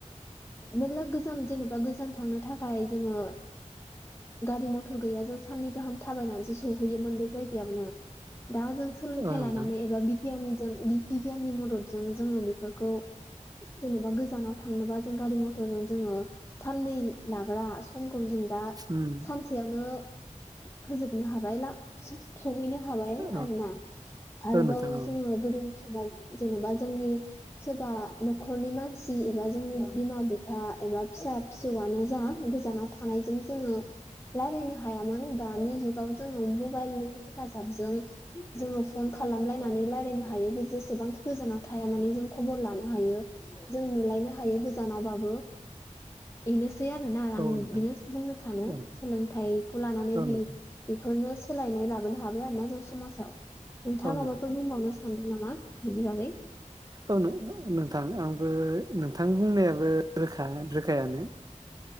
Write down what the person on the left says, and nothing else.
मेरला गोजान जेनेबा गोजान थांनो थाखाय जोङो गारि मथर गैया जों साननै गाहाम थाबायनानैसो सहैयोमोन बे जायगायावनो दा जों सोलोंथाइ
लानानै एबा बिगियानजों बिगियाननि मदद जों जेनेबा गोजानाव थांनोबा जों गारि मथरजों जोङो दै लाग्रा समखौ जों दा
सानसेयावनो फोजोबनो हाबाय ला स सहैनो हा हाबाय
आरोना आरोबाव
जोङो गोदोनि समाव जेनेबा जोङो जोंनि सोरबा नखरनि मानसि एबा जोंनि बिमा बिफा एबा फिसा फिसौ मानो जा गोजानाव थानायजों जोङो रायलायनो हायामोन दानि जुगाव जोङो मबाइलनि हेफाजाबजों जोङो फन खालाम खालामलायनानै रायलायनो हायो जेसेबांखि गोजानाव थाया माने जों खबर लानो हायो जों नुलायनो हायो गोजानावबाबो इनोस सै आरोना
आं बेनो
बुंनो सानो
सोलोंथायखौ लानानैनो
बि‌ बिफोरनो सोलायनाय लाबोनो हाबाय आरोना जों समाजाव नोंथाङा
माबाफोर बुंबावनो सानदों नामा बिनि बागै